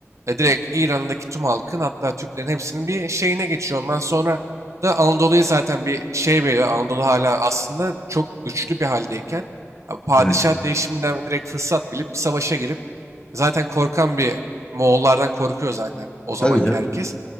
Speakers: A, on the right (about 75°); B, on the left (about 20°).
A: e, direkt İran'daki tüm halkın hatta Türklerin hepsinin bir şeyine geçiyor. Ondan sonra da Anadolu'ya zaten bir şey veriyor. Anadolu hala aslında çok güçlü bir haldeyken abi padişah
B: Evet.
A: değişiminden direkt fırsat bilip bir savaşa girip zaten korkan bir Moğollardan korkuyor zaten o zamanki
B: Tabii canım.
A: herkes.